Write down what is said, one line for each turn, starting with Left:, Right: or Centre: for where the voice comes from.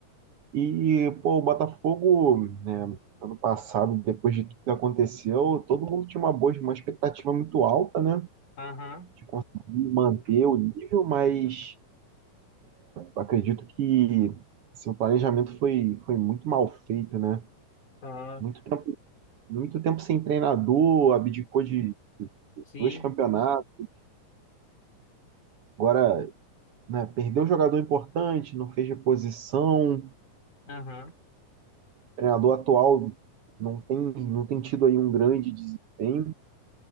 Right: E, pô, o Botafogo, né, ano passado, depois de tudo que aconteceu, todo mundo tinha uma boa, uma expectativa muito alta, né?
Left: Aham,
Right: De conseguir manter o nível, mas acredito que assim, o planejamento foi, foi muito mal feito, né?
Left: ah,
Right: Muito tempo, muito tempo sem treinador, abdicou de
Left: sim,
Right: dois campeonatos, agora, né, perdeu um jogador importante, não fez reposição, o
Left: aham,
Right: treinador atual não tem, não tem tido aí um grande desempenho.